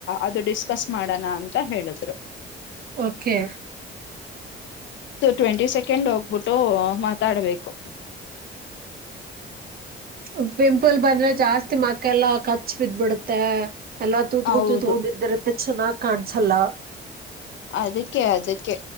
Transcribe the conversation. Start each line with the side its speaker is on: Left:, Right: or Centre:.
Left: ಅದು ಡಿಸ್ಕಸ್ ಮಾಡೋಣ ಅಂತ ಹೇಳಿದ್ರು.
Right: ಓಕೆ.
Left: ಸೊ ಟ್ವೆಂಟಿ ಸೆಕೆಂಡ್ ಹೋಗ್ ಬಿಟ್ಟು ಮಾತಾಡ್ಬೇಕು.
Right: ಹುಂ ಪಿಂಪಲ್ ಬಂದ್ರೆ ಜಾಸ್ತಿ ಮಕ್ಕಾ ಎಲ್ಲಾ ಕಚ್ ಬಿದ್ದ ಬಿಡತ್ತೆ. ಎಲ್ಲಾ ತೂತ್ಕ
Left: ಹೌದು
Right: ತೂತ್ಕೊಂಡಿದ್ದಿರತ್ತೆ ಚೆನ್ನಾಗ್ ಕಾಣ್ಸಲ್ಲಾ
Left: ಅದಕ್ಕೆ ಅದಕ್ಕೆ